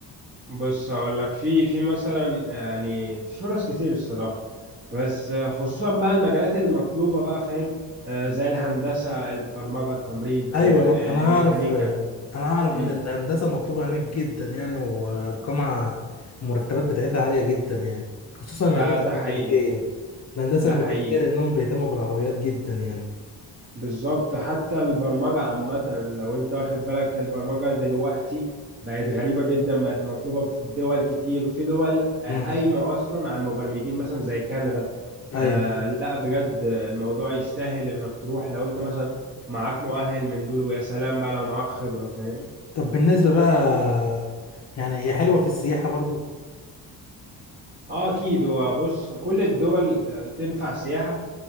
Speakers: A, on the right; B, on the left.
A: بص هقول لك في في مثلا يعني في فرص كتير الصراحه بس آه، خصوصا بقى المجالات المطلوبه بقى فاهم آه، زي الهندسه البرمجه التمريض
B: ايوه
A: آه،
B: انا انا
A: الميكانيكا
B: اعرف انا اعرف
A: مم.
B: ان الهندسة مطلوبة هناك جدا يعني وارقامها المرتبات بتاعتها عالية جدا يعني خصوصا
A: ده
B: الهندسة
A: ده
B: الميكانيكية
A: حقيقي
B: الهندسة
A: ده
B: الميكانيكية
A: حقيقي
B: لانهم بيهتموا بالعربيات جدا يعني
A: بالظبط حتى البرمجه عامه لو انت واخد بالك البرمجه دلوقتي بقت غريبه جدا بقت مطلوبه في دول كتير وفي دول آه،
B: امم
A: قايمه اصلا على المبرمجين مثلا زي كندا
B: ايوه
A: آه لا بجد الموضوع يستاهل انك تروح لو انت مثلا معاك مؤهل من دول ويا سلام بقى لو معاك خبرة فاهم
B: طب بالنسبه بقى يعني هي حلوه في السياحه برضو
A: اه اكيد هو بص كل الدول آه، تنفع سياحة